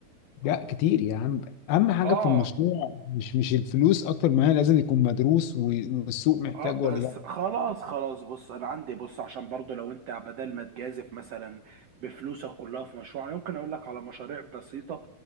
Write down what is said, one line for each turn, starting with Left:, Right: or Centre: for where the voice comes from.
Left: لا كتير يا عم اهم حاجه
Right: اه
Left: في المشروع مش مش الفلوس اكتر ما هي لازم يكون مدروس و- والسوق محتاجه
Right: اه بس
Left: ولا لا
Right: خلاص خلاص بص انا عندي بص عشان برضو لو انت بدل ما تجازف مثلا بفلوسك كلها في مشروع يمكن اقول لك على مشاريع بسيطه